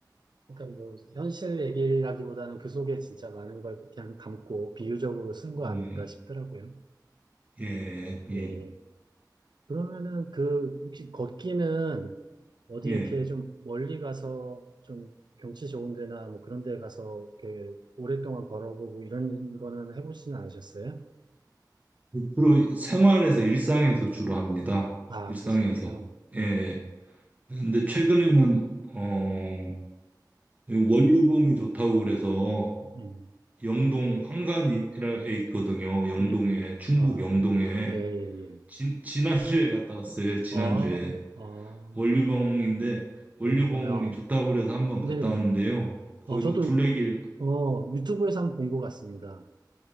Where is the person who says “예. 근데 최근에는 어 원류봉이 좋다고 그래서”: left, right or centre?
Right